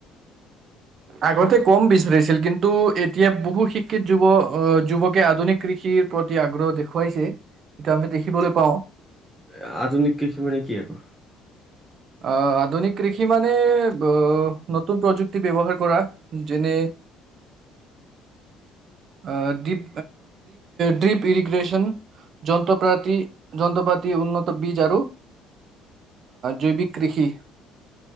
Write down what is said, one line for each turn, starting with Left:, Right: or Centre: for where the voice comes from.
Right: আগতে কম বিচাৰিল কিন্তু এতিয়া বহু শিক্ষিত যুৱক আহ যুৱকে আধুনিক কৃষিৰ প্ৰতি আগ্ৰহ দেখুৱাইছে। এইটো
Centre: <unintelligible>
Right: আমি দেখিবলৈ পাওঁ
Centre: আধুনিক কৃষিমানে কি আকৌ
Right: আহ, আধুনিক কৃষি মানে আহ, নতুন প্ৰযুক্তি ব্যৱহাৰ কৰা যেনে আহ, ডিপ, ড্ৰিপ ইৰিগ্ৰেচন যন্ত্ৰপাতি, যন্ত্ৰপাতি উন্নত বীজ আৰু জৈৱিক কৃষি।